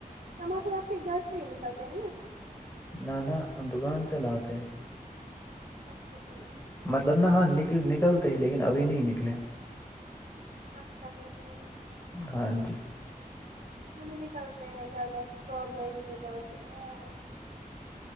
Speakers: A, on the right; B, on the left.
A: ٹماٹر آپ کے گھر سے ہی نکلتے ہیں نا
B: نہ نہ ہم دوکان سے لاتے ہیں
A: اچھا ٹھیک
B: مطلب نہا ہاں نکل نکلتے ہی لیکن ابھی نہیں نکلے
A: اچھا اچھا ٹھیک
B: ہاں جی
A: ہمیں نکلتے ہیں گھر میں اسٹرابری نکلتے ہیں